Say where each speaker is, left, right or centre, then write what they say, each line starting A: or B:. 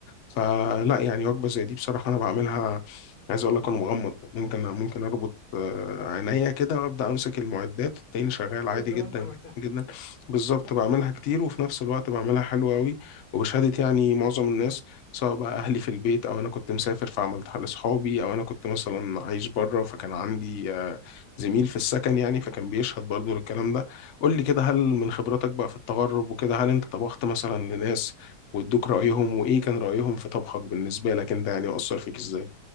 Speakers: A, on the left; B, on the left.
A: فلا يعني وجبة زي دي بصراحة أنا بعملها عايز أقول لك أنا مغمض ممكن ممكن أربط آه، عينيا كده وأبدأ أمسك المعدات التاني شغال
B: من
A: عادي
B: كتر
A: جدا
B: ما انت عملتها
A: جدا جدا بالظبط بعملها كتير وفي نفس الوقت بعملها حلوة أوي وبشهادة يعني معظم الناس سواء بقى أهلي في البيت أو أنا كنت مسافر فعملتها لأصحابي أو أنا كنت مثلا عايش بره فكان عندي آه، زميل في السكن يعني فكان بيشهد برضو للكلام ده قول لي كده هل من خبراتك بقى في التغرب وكده هل أنت طبخت مثلا لناس وادوك رأيهم وايه كان رأيهم في طبخك بالنسبة لك انت يعني وأثر فيك ازاي